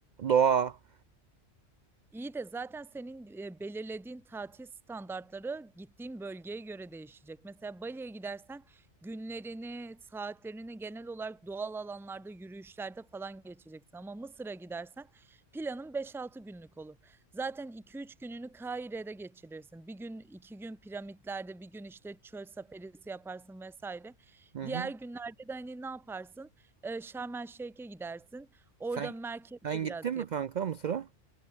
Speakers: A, on the right; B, in the centre.
A: doğa.
B: İyi de zaten senin e, belirlediğin tatil standartları gittiğin bölgeye göre değişecek. Mesela Bali'ye gidersen günlerini, saatlerini genel olarak doğal alanlarda, yürüyüşlerde falan geçeceksin. Ama Mısır'a gidersen planın 5-6 günlük olur. Zaten 2-3 gününü Kahire'de geçirirsin. Bir gün, iki gün piramitlerde, bir gün işte çöl safarisi yaparsın vesaire.
A: Hı hı.
B: Diğer günlerde de hani ne yaparsın? E, Şarm El Şeyh'e gidersin. Orada
A: Sen
B: merkezde
A: sen gittin
B: biraz
A: mi kanka Mısır'a?